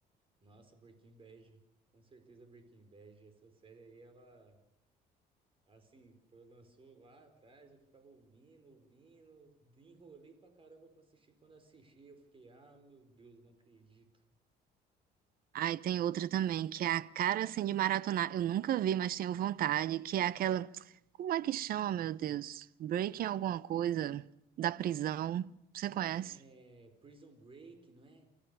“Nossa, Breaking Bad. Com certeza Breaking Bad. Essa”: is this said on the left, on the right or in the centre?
Right